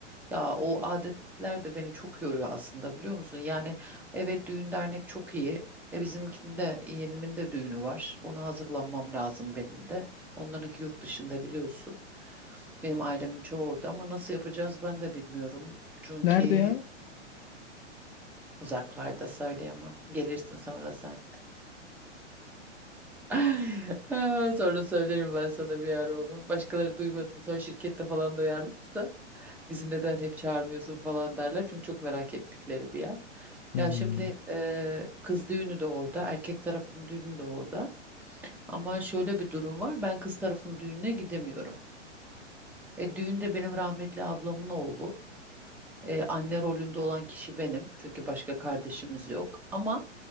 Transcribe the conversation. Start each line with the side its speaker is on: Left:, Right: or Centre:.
Centre: Ya o adetler de beni çok yoruyor aslında biliyor musun? Yani evet düğün dernek çok iyi. E bizimkinde yeğenimin de düğünü var. Ona hazırlanmam lazım benim de. Onlarınki yurt dışında biliyorsun. Benim ailemin çoğu orada ama nasıl yapacağız ben de bilmiyorum. Çünkü
Left: Nerede ya?
Centre: uzaklarda söyleyemem. Gelirsin sonra sen. <laughs> Aa, Sonra söylerim ben sana bir ara onu. Başkaları duymasın. Sonra şirkette falan duyarlarsa bizi neden hep çağırmıyorsun falan derler. Çünkü çok merak ettikleri bir yer.
Left: Hmm.
Centre: Ya şimdi eee, kız düğünü de orada, erkek tarafın düğünü de orada. Ama şöyle bir durum var. Ben kız tarafın düğününe gidemiyorum. E, düğün de benim rahmetli ablamın oğlu. Ee, anne rolünde olan kişi benim. Çünkü başka kardeşimiz yok. Ama